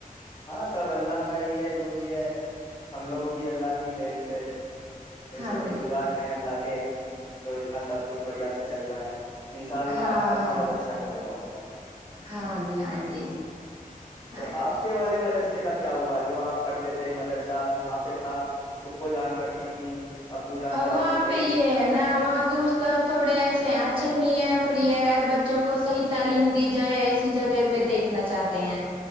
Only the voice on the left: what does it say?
ہاں سب اللہ کا ہی ہے جو بھی ہے ہم لوگ بھی اللہ کی دین سے
شکر
گزار ہیں اللہ کہ جو اتنا سب کچھ بڑھیا سے چل رہا ہے ان شاء اللہ
آپ کا
بھی سب
اچھا چل رہا ہوگا
تو آپ
کے والے مدرسے کا کیا ہوا جو آپ پڑھتے تھے مدرس تھا وہاں پہ تھا خو جان پڑتی تھیں ابو جان
جاتے
تھے